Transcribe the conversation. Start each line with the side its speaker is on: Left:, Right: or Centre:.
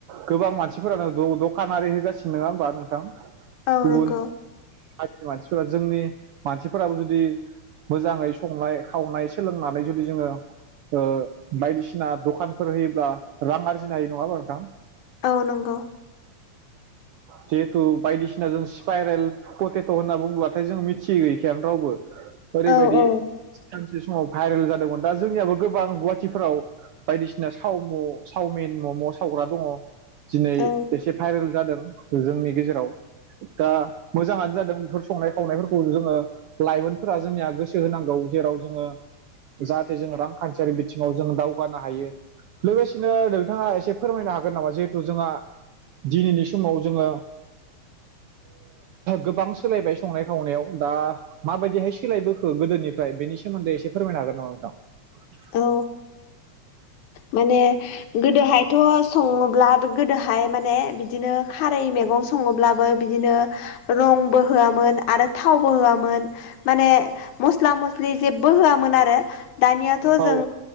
Right: गोबां मानसिफोरानो दखानारि होगासिनो नङा होमबा नोंथां?
Left: औ
Right: गुबुन
Left: नंगौ
Right: जाथिनि मानसिफोरा जोंनि मानसिफोराबो जुदि मोजाङै संनाय खावनाय सोलोंनानै जुदि जोङो ओ बायदिसिना दखानफोर होयोब्ला रां आरजिनो हायो नङा होनबा नोंथां?
Left: औ नंगौ।
Right: जिहेथु बायदिसिना जों स्पाइरेल पथेथ' होनना बुंङोलाथाय जोङो मिथियै गैयैखायानो रावबो। ओरैबायदि
Left: औ औ
Right: बे समाव भाइरेल जादोंमोन दा जोंनियाबो गोबां गुवाहाटिफोराव बायदिसिना सावम' सावमिन मम' सावग्रा दङ दिनै
Left: औ
Right: एसे भाइरेल जादों। जोंनि गेजेराव दा मोजाङानो जादों बेफोर संनाय खावनायफोरखौ जोङो लाइमोनफोरा जोंनिया गोसो होनांगौ जेराव जोङो जाहाथे जोङो रांखान्थियारि बिथिङाव जों दावगानो हायो। लोगोसेनो नोंथाङा एसे फोरमायनो हागोन नामा जिहेथु जोंहा दिनैनि समाव जोङो गोबां ओ सोलायबाय संनाय खावनायाव दा माबायदिहाय सोलायबोखो गोदोनिफ्राय बेनि सोमोन्दै एसे फोरमायनो हागोन नामा नोंथां?
Left: औ माने गोदोहाय थ' सङोब्ला गोदोहाय माने बिदिनो खारै मैगं सङोब्लाबो बिदिनो रंबो होआमोन आरो थावबो होआमोन माने मस्ला मस्लि जेबो होआमोन आरो दानियाथ'
Right: औ
Left: जों